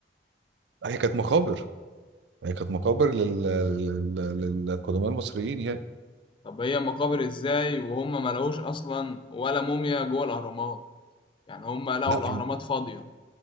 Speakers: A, on the right (about 75°); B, on the left (about 30°).
A: هي كانت مقابر هي كانت مقابر لل... لل... لل- للقدماء المصريين يعني
B: طب هي مقابر إزاي وهم ما لقوش أصلا ولا موميا جوه الأهرامات يعني هم لقوا
A: لا
B: الأهرامات فاضية